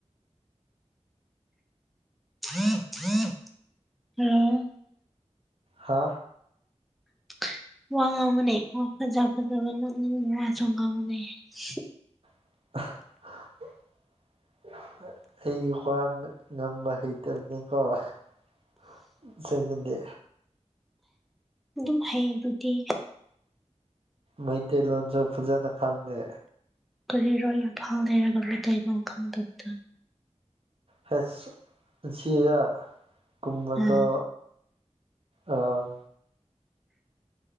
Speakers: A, in the centre; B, on the right.
A: <unintelligible>
B: ꯍꯥ
A: <unintelligible> <unintelligible>
B: <unintelligible> ꯉꯥꯡꯕ ꯍꯩꯇꯝꯅꯦꯀꯣ ꯑꯁꯦꯡꯕꯗꯤ
A: ꯑꯗꯨꯝ ꯍꯩꯗꯨꯗꯤ
B: ꯃꯩꯇꯩ ꯂꯣꯟꯁꯨ ꯐꯖꯅ ꯈꯪꯗꯦ
A: ꯀꯔꯤꯔꯣ ꯏꯝꯐꯥꯜ ꯂꯩꯔꯒ ꯃꯇꯩꯩꯂꯣꯟ ꯈꯪꯗꯕꯗꯨ
B: ꯍꯁ ꯁꯤꯗ ꯀꯨꯝꯕꯗꯣ
A: ꯑꯥ
B: ꯑꯝ